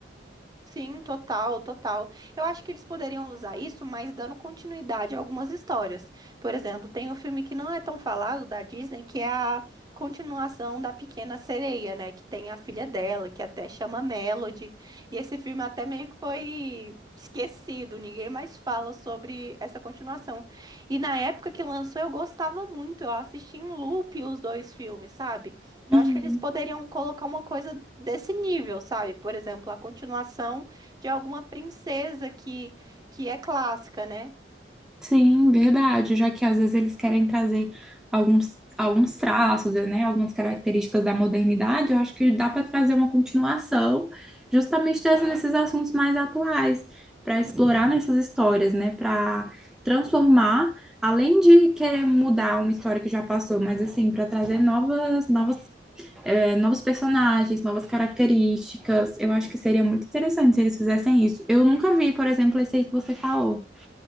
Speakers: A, on the right; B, in the centre.
A: Sim, total, total. Eu acho que eles poderiam usar isso, mas dando continuidade a algumas histórias. Por exemplo, tem um filme que não é tão falado da Disney, que é a continuação da Pequena Sereia, né? Que tem a filha dela, que até chama Melody. E esse filme até meio que foi esquecido, ninguém mais fala sobre essa continuação. E na época que lançou, eu gostava muito, eu assisti em loop os dois filmes, sabe? Eu
B: Uhum.
A: acho que eles poderiam colocar uma coisa desse nível, sabe? Por exemplo, a continuação de alguma princesa que, que é clássica, né?
B: Sim, verdade, já que às vezes eles querem trazer alguns, alguns traços, né, algumas características da modernidade, eu acho que dá para trazer uma continuação, justamente trazendo esses assuntos mais atuais, para explorar nessas histórias, né, para transformar, além de querer mudar uma história que já passou, mas assim, para trazer novas, novas, eh, novos personagens, novas características, eu acho que seria muito interessante se eles fizessem isso. Eu nunca vi, por exemplo, esse aí que você falou,